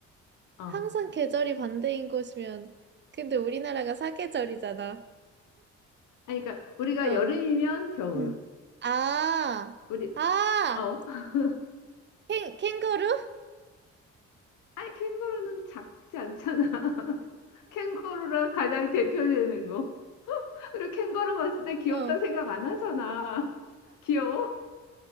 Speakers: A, on the left; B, on the right.
A: 어.
B: 항상 계절이 반대인 곳이면 근데 우리나라가 사계절이잖아.
A: 아니, 그러니까 우리가
B: 어.
A: 여름이면 겨울.
B: 음. 아.
A: 우리,
B: 아!
A: 어. <laughs>
B: 캥 캥거루?
A: 아니, 캥거루는 작지 않잖아. <laughs> 캥거루랑 가장 대표되는 거. 그리고 캥거루 봤을 때 귀엽다
B: 어.
A: 생각 안 하잖아. <laughs> 귀여워?